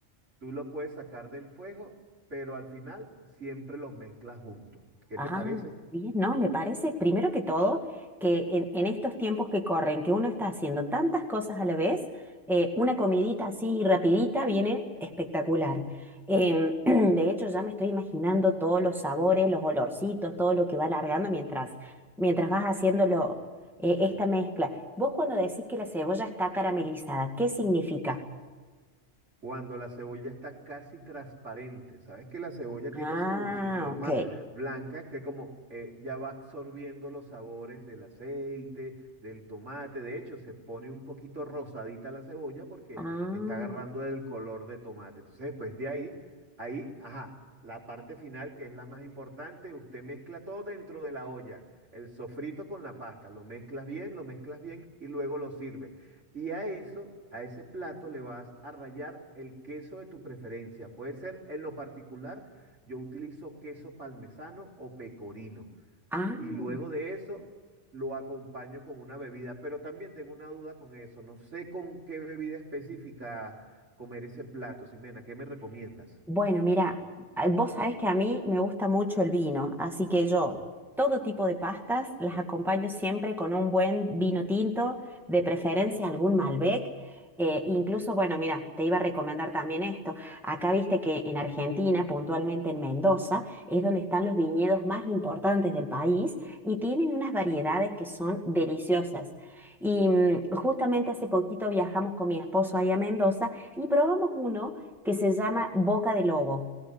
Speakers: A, on the right; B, in the centre.
A: tú lo puedes sacar del fuego, pero al final siempre los mezclas juntos. ¿Qué
B: Ah,
A: te parece?
B: bien, no, me parece primero que todo que en, en estos tiempos que corren, que uno está haciendo tantas cosas a la vez, eh, una comidita así rapidita viene espectacular. Em, <clears throat> de hecho, ya me estoy imaginando todos los sabores, los olorcitos, todo lo que va largando mientras, mientras vas haciéndolo, eh, esta mezcla. Vos cuando decís que la cebolla está caramelizada, ¿qué significa?
A: Cuando la cebolla está casi transparente, sabes que la cebolla tiene
B: Ah,
A: su, su forma
B: ok.
A: blanca, que como eh, ya va absorbiendo los sabores del aceite, del tomate, de hecho se pone un poquito rosadita la cebolla porque
B: Ah,
A: está agarrando el color de tomate. Entonces después de ahí, ahí, ajá, la parte final que es la más importante, usted mezcla todo dentro de la olla, el sofrito con la pasta, lo mezclas bien, lo mezclas bien y luego lo sirve. Y a eso, a ese plato, le vas a rallar el queso de tu preferencia. Puede ser, en lo particular, yo utilizo queso parmesano o pecorino.
B: ah.
A: Y luego de eso, lo acompaño con una bebida. Pero también tengo una duda con eso. No sé con qué bebida específica comer ese plato. Simena, ¿qué me recomiendas?
B: Bueno, mira, a- vos sabés que a mí me gusta mucho el vino, así que yo todo tipo de pastas las acompaño siempre con un buen vino tinto, de preferencia algún Malbec. eh, incluso, bueno, mira, te iba a recomendar también esto. Acá viste que en Argentina, puntualmente en Mendoza, es donde están los viñedos más importantes del país y tienen unas variedades que son deliciosas. Y mm, justamente hace poquito viajamos con mi esposo ahí a Mendoza y probamos uno que se llama Boca de Lobo.